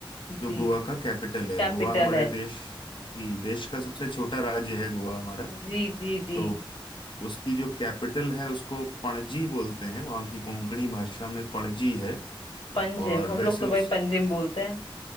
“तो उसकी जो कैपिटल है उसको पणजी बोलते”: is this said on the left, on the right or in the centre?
Left